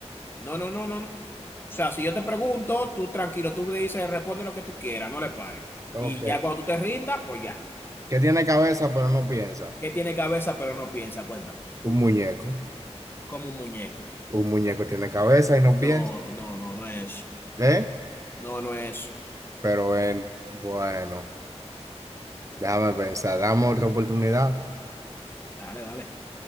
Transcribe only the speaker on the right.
Ok.
¿Qué tiene cabeza pero no piensa?
Un muñeco.
Un muñeco tiene cabeza y no piensa.
¿Eh?
Pero eh, bueno, déjame pensar, dame otra oportunidad.